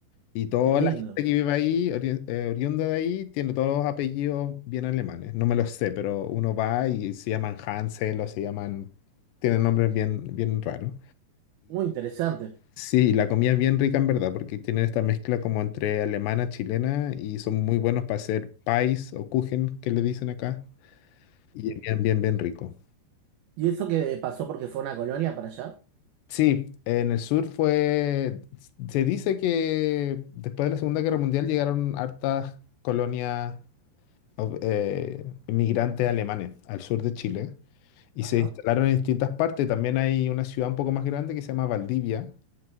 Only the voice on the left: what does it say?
Y toda
la gente que vive ahí, ori- eh, oriunda de ahí, tiene todos los apellidos bien alemanes. No me los sé, pero uno va y se llaman Hansel o se llaman, tienen nombres bien, bien raros.
Sí, la comida es bien rica en verdad, porque tienen esta mezcla como entre alemana, chilena, y son muy buenos para hacer pies o kuchen, que le dicen acá, y es bien, bien, bien rico.
Sí, en el sur fue, se dice que después de la Segunda Guerra Mundial llegaron hartas colonias of- eh, inmigrantes alemanes al sur de Chile, y
se instalaron en distintas partes. También hay una ciudad un poco más grande que se llama Valdivia